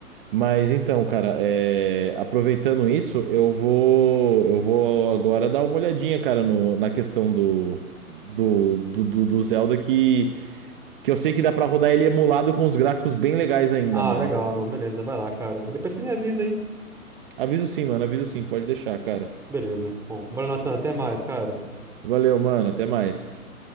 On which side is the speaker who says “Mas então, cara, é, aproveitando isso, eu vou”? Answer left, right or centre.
Right